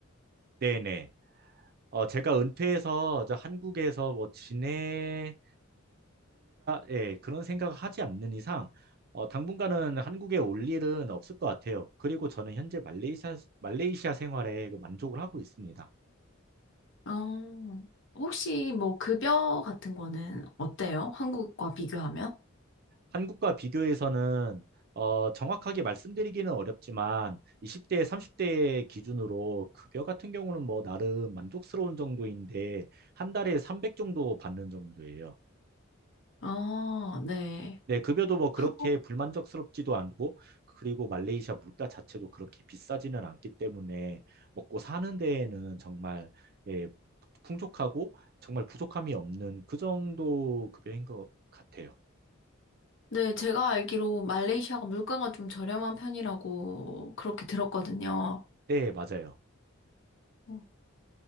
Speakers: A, on the right (about 50°); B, on the left (about 60°).
A: 네네. 어, 제가 은퇴해서 저 한국에서 뭐 지내고자, 예, 그런 생각을 하지 않는 이상, 어, 당분간은 한국에 올 일은 없을 것 같아요. 그리고 저는 현재 말레이시아, 말레이시아 생활에 그 만족을 하고 있습니다.
B: 어, 혹시 뭐 급여 같은 거는 어때요? 한국과 비교하면?
A: 한국과 비교해서는, 어, 정확하게 말씀드리기는 어렵지만, 20대, 30대 기준으로 급여 같은 경우는 뭐 나름 만족스러운 정도인데, 한 달에 300 정도 받는 정도예요.
B: 아, 네.
A: 네, 급여도 뭐 그렇게
B: 한국,
A: 불만족스럽지도 않고, 그리고 말레이시아 물가 자체도 그렇게 비싸지는 않기 때문에 먹고 사는 데에는 정말 예, 풍족하고 정말 부족함이 없는 그 정도 급여인 것 같아요.
B: 네, 제가 알기로 말레이시아가 물가가 좀 저렴한 편이라고 그렇게 들었거든요.
A: 네, 맞아요.
B: 어,